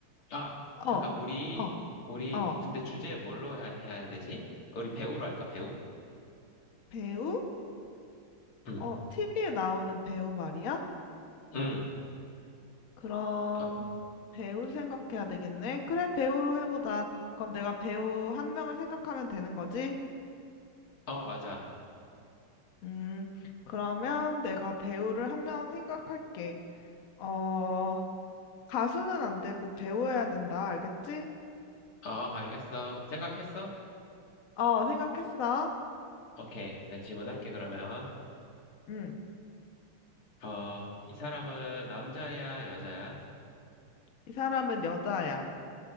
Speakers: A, on the left; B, on the left.
A: 아,
B: 어,
A: 잠깐, 우리,
B: 어,
A: 우리,
B: 어,
A: 근데 주제 뭘로 해야, 해야 되지? 우리 배우로 할까? 배우?
B: 배우?
A: 응,
B: 어, TV에 나오는 배우 말이야?
A: 응.
B: 그럼,
A: 어,
B: 배우 생각해야 되겠네. 그래, 배우로 해보자. 그럼 내가 배우 한 명을 생각하면 되는 거지?
A: 어, 맞아.
B: 음, 그러면 내가 배우를 한 명 생각할게. 어, 가수는 안 되고 배우여야 된다. 알겠지?
A: 어, 알겠어. 생각했어?
B: 어, 생각했어.
A: 오케이. 내가 질문할게, 그러면.
B: 응.
A: 어, 이 사람은 남자야, 여자야?
B: 이 사람은 여자야.